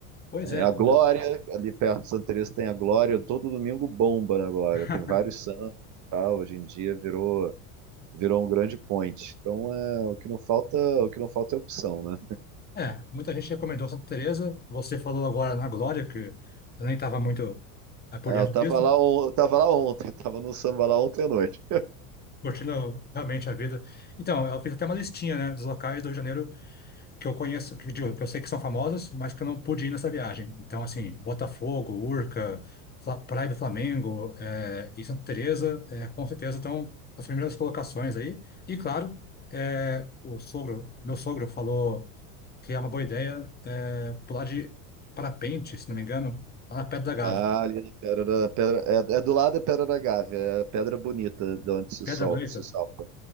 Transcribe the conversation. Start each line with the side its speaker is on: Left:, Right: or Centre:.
Left: Pois
Right: É,
Left: é,
Right: a
Left: cara.
Right: Glória, ali perto de Santa Teresa tem a Glória, todo domingo bomba na Glória,
Left: <laughs>
Right: tem vários sambas e tal, hoje em dia virou, virou um grande point. Então, é, o que não falta, o que não falta é opção, né?
Left: É, muita gente recomendou Santa Teresa. Você falou agora na Glória, que eu nem estava muito eh, por
Right: É,
Left: dentro
Right: eu tava
Left: disso,
Right: lá, on- eu tava lá ontem, <laughs> tava no samba lá ontem à noite.
Left: curtindo realmente a vida. Então, eu fiz até uma listinha, né, dos locais do Rio de Janeiro que eu conheço, que, digo, que eu sei que são famosas, mas que eu não pude ir nessa viagem. Então, assim, Botafogo, Urca, Fla- Praia do Flamengo, eh, e Santa Teresa, eh, com certeza estão as primeiras colocações aí. E claro, eh, o sogro, meu sogro falou que é uma boa ideia eh, pular de parapente, se não me engano, lá na Pedra da Gávea.
Right: Ah, ali na Pedra da Pedra. É, é do lado é Pedra da Gávea, é a pedra bonita de onde se
Left: Pedra
Right: solta,
Left: Bonita,
Right: se salta.